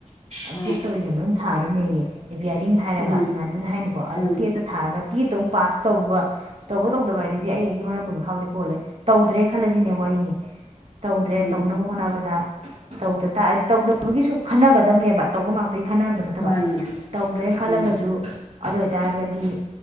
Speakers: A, on the right (about 55°); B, on the left (about 35°).
A: ꯑꯞꯗꯦꯠ
B: ꯑꯥ
A: ꯇꯧꯔꯤꯉꯩ ꯃꯅꯨꯡꯗ ꯊꯥꯒꯗꯝꯅꯦ ꯌꯦ ꯑꯦꯄꯤꯌꯔꯔꯤꯡ ꯍꯥꯏꯔꯒ
B: ꯎꯝ
A: ꯏꯃꯥꯟꯕꯗꯨꯅ ꯍꯥꯏꯅꯤꯀꯣ ꯑꯗꯣ
B: ꯎꯝ
A: ꯇꯦꯠꯇꯣ ꯊꯥꯔꯒ ꯇꯦꯠꯇꯣ ꯑꯃꯨꯛ ꯄꯥꯁ ꯇꯧꯕ ꯇꯧꯕ ꯇꯧꯗꯕ ꯍꯥꯏꯗꯨꯗꯤ ꯑꯩꯒꯤ ꯑꯩꯒꯤ ꯋꯥꯔꯛꯞꯒꯤ ꯃꯈꯥꯕꯨꯗꯤ ꯄꯣꯜꯂꯦ ꯇꯧꯗ꯭ꯔꯦ ꯈꯜꯂꯁꯤꯅꯦ ꯋꯥꯔꯤꯅꯤ ꯇꯧꯗ꯭ꯔꯦ
B: ꯎꯝ
A: ꯇꯧꯅꯕ ꯍꯣꯠꯅꯕꯗ ꯇꯧꯗ ꯇ ꯇꯧꯗꯕꯒꯤꯁꯨ ꯈꯟꯅꯒꯗꯕꯅꯦꯕ ꯇꯧꯕ ꯉꯥꯛ ꯈꯟꯅꯕ ꯅꯠꯇꯕ
B: ꯃꯥꯅꯦ
A: ꯇꯧꯗ꯭ꯔꯦꯅ ꯈꯜꯂꯒꯁꯨ
B: ꯎꯝ
A: ꯑꯗꯨ ꯑꯣꯏꯇꯥꯔꯒꯗꯤ